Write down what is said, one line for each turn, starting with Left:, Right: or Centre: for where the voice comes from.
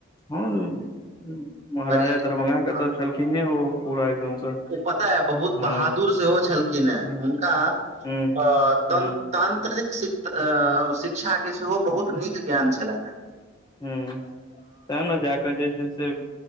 Left: हँ, महाराजा
Right: ई
Left: दरभंगाके
Right: हँ
Left: तऽ छलखिन हे ओ पूरा। एकदमसँ
Right: ओ पता है बहुत
Left: हँ
Right: बहादुर सेहो छलखिन है
Left: हूँ
Right: हुनका।
Left: हूँ
Right: आ
Left: हूँ
Right: तन। तत्रिक शिक्षाके सेहो बहुत नीक ज्ञान छलनि हैं।
Left: हु तऽ ने जा कऽ जे छै। से